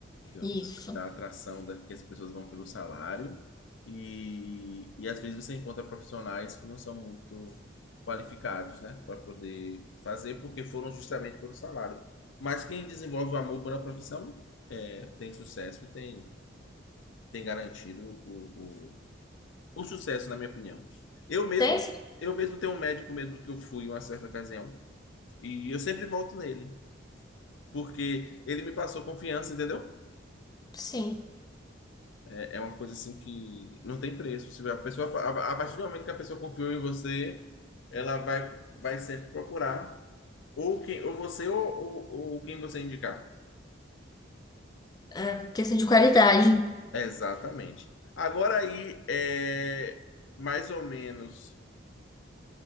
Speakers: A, on the left; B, on the left.
A: da
B: Isso.
A: da atração da, que as pessoas vão pelo salário e, e às vezes você encontra profissionais que não são muito qualificados, né, para poder fazer porque foram justamente pelo salário. Mas quem desenvolve o amor pela profissão é, tem sucesso e tem, tem garantido o, o, o sucesso, na minha opinião. Eu mesmo,
B: Tem sim.
A: eu mesmo tenho um médico mesmo que eu fui em uma certa ocasião e eu sempre volto nele. Porque ele me passou confiança, entendeu?
B: Sim.
A: É, é uma coisa assim que não tem preço. Se a pessoa, a, a partir do momento que a pessoa confiou em você, ela vai, vai sempre procurar ou quem, ou você ou, ou, ou quem você indicar.
B: É, questão de qualidade.
A: Exatamente. Agora aí, é, mais ou menos,